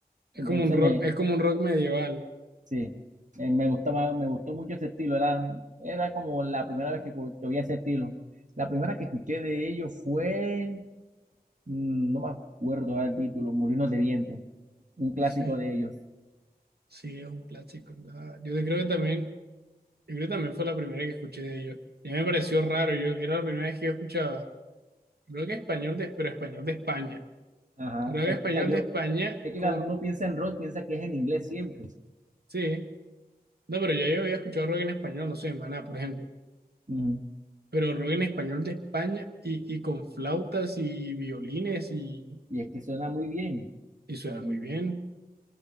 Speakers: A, on the right (about 85°); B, on the right (about 50°).
A: es
B: Entonces
A: como un rock,
B: me,
A: es como un rock medieval.
B: Sí, eh, me gustaba, me gustó mucho ese estilo. Era, era como la primera vez que, cu- que oía ese estilo. La primera que escuché de ellos fue, mm, no me acuerdo ahora el título, Molinos de Viento, un clásico
A: Sí,
B: de ellos.
A: sí, es un clásico. la- Yo creo que también, yo creo que también fue la primera que escuché de ellos. Ya me pareció raro, yo era la primera vez que yo escuchaba, creo que español de, pero español de España.
B: Ajá.
A: Creo
B: eh,
A: que español
B: o sea, yo,
A: de España
B: es que
A: con,
B: cuando uno piensa en rock, piensa que es en inglés siempre.
A: sí, no, pero ya yo había escuchado rock en español, no sé, Maná, por ejemplo.
B: Ujú.
A: Pero rock en español de España y, y con flautas y violines y,
B: Y es que suena muy bien.
A: y suena muy bien.